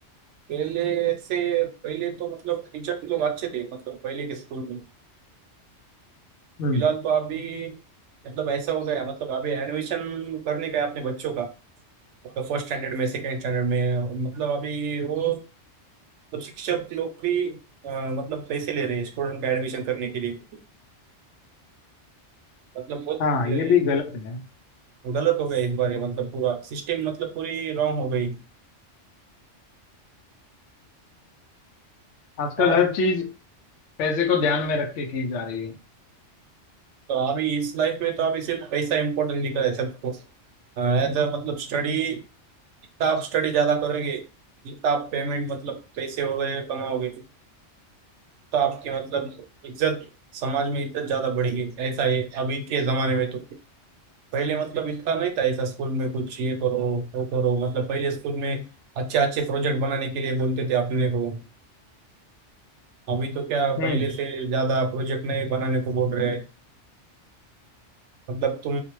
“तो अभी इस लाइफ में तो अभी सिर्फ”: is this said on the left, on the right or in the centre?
Right